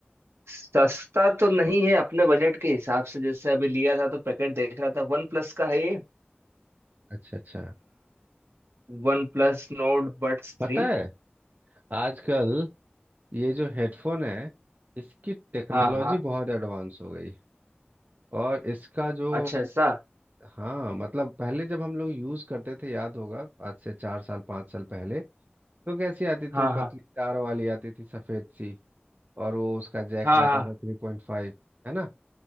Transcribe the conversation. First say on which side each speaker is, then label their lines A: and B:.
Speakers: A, on the right; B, on the right.
A: सस्ता तो नहीं है अपने बजट के हिसाब से जैसे अभी लिया था तो पैकेट देख रहा था वन प्लस का है ये
B: अच्छा अच्छा
A: One Plus Nord buds
B: पता
A: थ्री
B: है आजकल ये जो हेडफोन है इसकी टेक्नोलॉजी
A: हाँ हाँ
B: बहुत एडवांस हो गई और इसका जो
A: अच्छा ऐसा
B: हाँ मतलब पहले जब हम लोग यूज करते थे याद होगा आज से चार साल पांच साल पहले तो कैसी आती थी
A: हाँ
B: वो पतली
A: हाँ
B: तार वाली आती थी सफेद सी और वो उसका जैक
A: हाँ
B: रहता
A: हाँ
B: था थ्री पॉइंट फाइव है ना